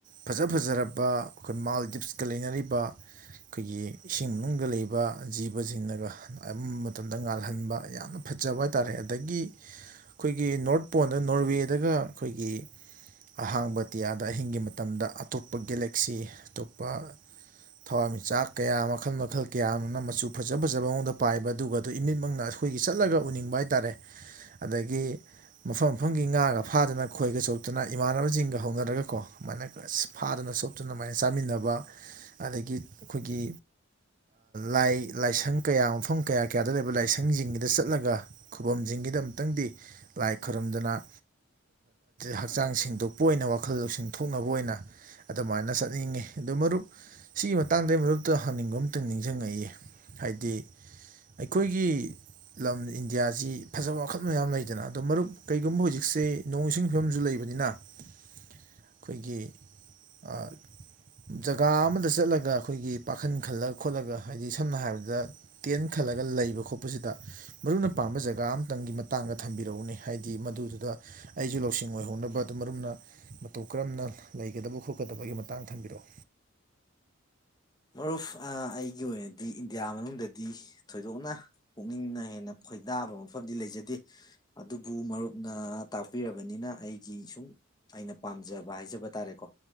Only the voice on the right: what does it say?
ꯐꯖ ꯐꯖꯔꯕ ꯑꯩꯈꯣꯏ ꯃꯥꯜꯗꯤꯞꯁꯀ ꯂꯩꯅꯔꯤꯕ ꯑꯩꯈꯣꯏꯒꯤ ꯏꯁꯤꯡ ꯃꯅꯨꯡꯗ ꯂꯩꯕ ꯖꯤꯕꯖꯤꯡꯅꯒ ꯑꯝ ꯃꯇꯝꯗ ꯉꯥꯜꯍꯟꯕ ꯌꯥꯝꯅ ꯐꯖꯕ ꯍꯥꯏꯇꯥꯔꯦ ꯑꯗꯒꯤ ꯑꯩꯈꯣꯏꯒꯤ ꯅꯣꯔꯠ ꯄꯣꯟꯗ ꯅꯣꯔꯋꯦꯗꯒ ꯑꯩꯈꯣꯏꯒꯤ ꯑꯍꯥꯡꯕ ꯑꯇꯤꯌꯥꯗ ꯑꯍꯤꯡꯒꯤ ꯃꯇꯝꯗ ꯑꯇꯣꯞꯄ ꯒꯦꯂꯦꯛ ꯁꯤ ꯑꯇꯣꯞꯄ ꯊꯋꯥꯟꯃꯤꯆꯥꯛ ꯀꯌꯥ ꯃꯈꯜ ꯃꯈꯜ ꯀꯌꯥ ꯑꯃꯅ ꯃꯆꯨ ꯐꯖ ꯐꯖꯕ ꯃꯑꯣꯡꯗ ꯄꯥꯏꯕ ꯑꯗꯨꯒ ꯑꯗꯨ ꯏꯃꯤꯠꯃꯛꯅ ꯑꯩꯈꯣꯏꯒꯤ ꯆꯠꯂꯒ ꯎꯅꯤꯡꯕ ꯍꯥꯏꯇꯥꯔꯦ ꯑꯗꯒꯤ ꯃꯐꯝ ꯃꯐꯝꯒꯤ ꯉꯥꯒ ꯐꯥꯗꯅ ꯈꯣꯏꯒ ꯆꯣꯞꯇꯅ ꯏꯃꯥꯟꯅꯕꯁꯤꯡꯒ ꯍꯧꯅꯔꯒꯀꯣ ꯑꯗꯨꯃꯥꯏꯅꯒ ꯑꯁ ꯐꯥꯗꯅꯣꯛ ꯑꯗꯨ ꯗꯨꯃꯥꯏꯅ ꯆꯥꯃꯤꯟꯅꯕ ꯑꯗꯒꯤ ꯑꯩꯈꯣꯏꯒꯤ ꯂꯥꯏ ꯂꯥꯏꯁꯪ ꯀꯌꯥ ꯃꯐꯝ ꯀꯌꯥ ꯀꯌꯥꯗ ꯂꯩꯕ ꯂꯥꯏꯁꯪꯁꯤꯡꯒꯤꯗ ꯆꯠꯂꯒ ꯈꯨꯕꯝꯁꯤꯡꯒꯤꯗ ꯑꯃꯨꯛꯇꯪꯗꯤ ꯂꯥꯏ ꯈꯨꯔꯨꯝꯗꯨꯅ ꯍꯛꯆꯥꯡ ꯁꯦꯡꯗꯣꯛꯄ ꯑꯣꯏꯅ ꯋꯥꯈꯜ ꯂꯧꯁꯤꯡꯊꯣꯛꯅꯕ ꯑꯣꯏꯅ ꯑꯗꯨꯃꯥꯏꯅ ꯆꯠꯅꯤꯡꯉꯤ ꯑꯗꯣ ꯃꯔꯨꯞ ꯁꯤꯒꯤ ꯃꯇꯥꯡꯗꯩ ꯃꯔꯨꯞꯇ ꯍꯪꯅꯤꯡꯕ ꯑꯃꯇꯪ ꯅꯤꯡꯖꯪꯉꯛꯏꯌꯦ ꯍꯥꯏꯗꯤ ꯑꯩꯈꯣꯏꯒꯤ ꯂꯝ ꯏꯟꯗꯤꯌꯥꯖꯤ ꯐꯖꯕ ꯃꯈꯜ ꯃꯌꯥꯝ ꯂꯩꯗꯅ ꯑꯗꯣ ꯃꯔꯨꯞ ꯀꯩꯒꯨꯝꯕ ꯍꯧꯖꯤꯛꯁꯦ ꯅꯣꯡ ꯏꯁꯤꯡ ꯐꯤꯕꯝꯁꯨ ꯂꯩꯕꯅꯤꯅ ꯑꯩꯈꯣꯏꯒꯤ ꯑ ꯖꯒꯥ ꯑꯃꯗ ꯆꯠꯂꯒ ꯑꯩꯈꯣꯏꯒꯤ ꯄꯥꯈꯟ ꯈꯜꯂꯒ ꯈꯣꯠꯂꯒ ꯍꯥꯏꯗꯤ ꯁꯝꯅ ꯍꯥꯏꯔꯕꯗ ꯇꯦꯟ ꯈꯜꯂꯒ ꯂꯩꯕ ꯈꯣꯠꯄꯁꯤꯗ ꯃꯔꯨꯞꯅ ꯄꯥꯝꯕ ꯖꯒꯥ ꯑꯃꯇꯪꯒꯤ ꯃꯇꯥꯡꯗ ꯊꯝꯕꯤꯔꯛꯎꯅꯦ ꯍꯥꯏꯗꯤ ꯃꯗꯨꯗꯨꯗ ꯑꯩꯁꯨ ꯂꯧꯁꯤꯡ ꯑꯣꯏꯍꯧꯅꯕ ꯑꯗꯨ ꯃꯔꯨꯞꯅ ꯃꯇꯧ ꯀꯔꯝꯅ ꯂꯩ ꯒꯗꯕ ꯈꯣꯠꯀꯗꯕꯒꯤ ꯃꯇꯥꯡ ꯊꯝꯕꯤꯔꯛꯑꯣ